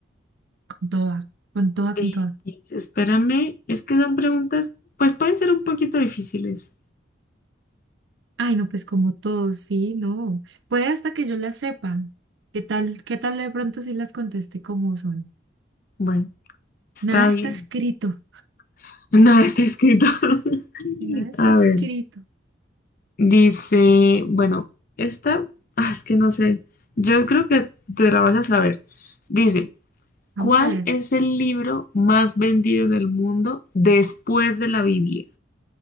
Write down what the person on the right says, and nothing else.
con toda, con toda, con
toda.
Ay, no, pues como todo, sí, no. Puede hasta que yo las sepa. ¿Qué tal, qué tal de pronto si las contesté como son?
Nada está
escrito,
nada está
escrito.
Vamos
a ver.